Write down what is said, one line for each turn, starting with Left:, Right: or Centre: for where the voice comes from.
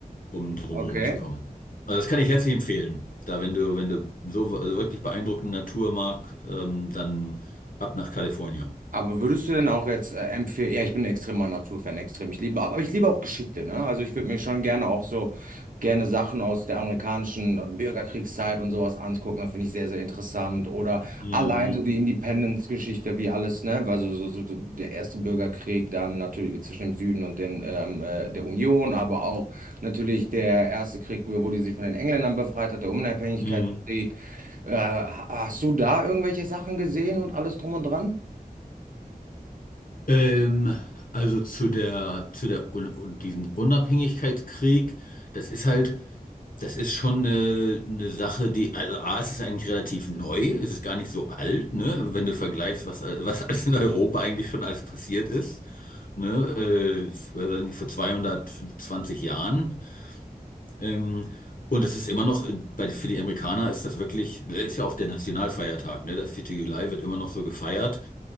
Left: um drumherum
Right: Okay.
Left: zu kommen. Also das kann ich herzlich empfehlen. Da, wenn du, wenn du so also wirklich beeindruckende Natur magst, ähm, dann ab nach Kalifornien.
Right: Aber würdest du denn auch jetzt äh, empfehlen, ja, ich bin ein extremer Naturfan, extrem. Ich liebe, aber ich liebe auch Geschichte, ne? Also ich würde mir schon gerne auch so gerne Sachen aus der amerikanischen Bürgerkriegszeit und sowas angucken. Das finde ich sehr, sehr interessant. Oder
Left: Mhm.
Right: allein so die Independence-Geschichte, wie alles, ne? Also so, so, so der erste Bürgerkrieg, dann natürlich zwischen dem Süden und dem, ähm, äh, der Union, aber auch natürlich der erste Krieg, wo die sich von den Engländern befreit hat, der Unabhängigkeitskrieg.
Left: Mhm.
Right: Äh, hast du da irgendwelche Sachen gesehen und alles drum und dran?
Left: Ähm, also zu der, zu der Un un- diesen Unabhängigkeitskrieg, das ist halt, das ist schon eine, eine Sache, die, also A, es ist eigentlich relativ neu, es ist gar nicht so alt, ne, wenn du vergleichst, was, all- was alles in Europa eigentlich schon alles passiert ist, ne, äh, f- äh, weiß nicht, vor 220 Jahren. Ähm, und das ist immer noch, in- bei, für die Amerikaner ist das wirklich, das ist ja auch der Nationalfeiertag, ne? Der 4. Juli wird immer noch so gefeiert.